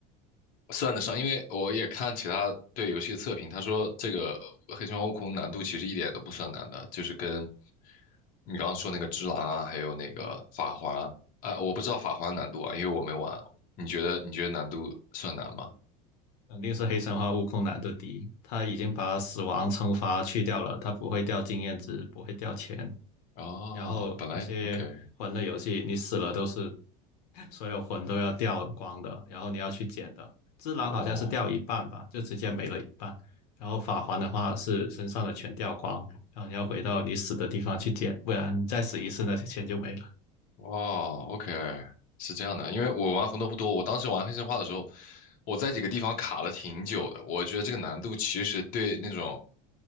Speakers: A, on the left; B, on the left.
A: 算得上？因为我也看其他对游戏的测评，他说这个《黑神话：悟空》难度其实一点都不算难的，就是跟你刚刚说那个《只狼》啊，还有那个《法环》啊，啊我不知道《法环》难度啊，因为我没玩。你觉得你觉得难度算难吗？
B: 肯定是黑神话悟空难度低。他已经把死亡惩罚去掉了，他不会掉经验值，不会掉钱，
A: 哦，
B: 然后那些魂类游戏你死了都是
A: 本来 OK，
B: 所有魂都要掉光的，然后你要去捡的。只狼好像是掉一半吧，
A: 哦。
B: 就直接没了一半。然后法环的话是身上的全掉光，然后你要回到你死的地方去捡，不然你再死一次那些钱就没了。
A: 哇，OK，是这样的，因为我玩红斗不多，我当时玩黑神话的时候，我在几个地方卡了挺久的。我觉得这个难度其实对那种